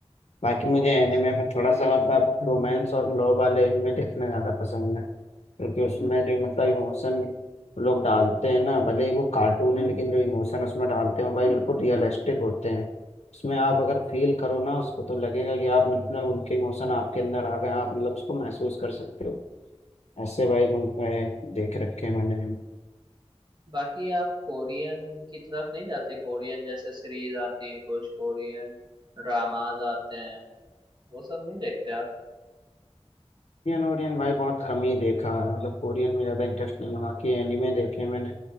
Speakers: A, on the left; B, on the right.
A: बाकी मुझे
B: अच्छा
A: एनिमे में थोड़ा सा मतलब रोमांस और लव वाले एनिमे देखना ज़्यादा पसंद है क्योंकि उसमें जो मतलब इमोशन लोग डालते हैं ना भले ही वो कार्टून है लेकिन जो इमोशन उसमें डालते हैं वो भाई बिल्कुल रियलिस्टिक होते हैं उसमें आप अगर फील करो ना उसको तो लगेगा कि आप मतलब उनके इमोशन आपके अंदर आ गए हैं, आप मतलब उसको महसूस कर सकते हो ऐसे भाई मुझे देख रखे हैं मैंने
B: बाकी आप कोरियन की तरफ नहीं जाते कोरियन जैसे सीरीज आती है कुछ कोरियन ड्रामाज आते हैं वो सब नहीं देखते आप
A: कोरियन ओरियन भाई बहुत कम ही देखा है मतलब कोरियन में ज़्यादा इंटरेस्ट नहीं है बाकी एनिमे देखे हैं मैंने